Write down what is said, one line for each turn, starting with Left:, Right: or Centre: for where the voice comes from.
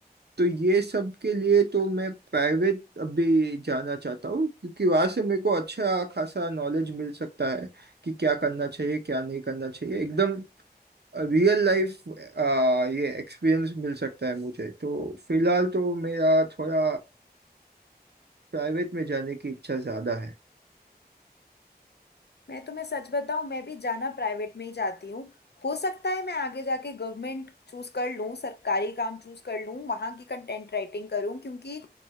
Right: तो ये सब के लिए तो मैं प्राइवेट अभी जाना चाहता हूँ क्योंकि वहां से मेरे को अच्छा खासा नॉलेज मिल सकता है कि क्या करना चाहिए क्या नहीं करना चाहिए एकदम रियल लाइफ ये एक्सपीरियंस मिल सकता है मुझे तो फिलहाल तो मेरा थोड़ा प्राइवेट में जाने की इच्छा ज्यादा है
Left: मैं तुम्हें सच बताऊं मैं भी जाना प्राइवेट में ही जाती हूँ हो सकता है मैं आगे जाके गवर्नमेंट चूज कर लूँ सरकारी काम चूज कर लूँ वहाँ की कंटेंट राइटिंग करूँ क्योंकि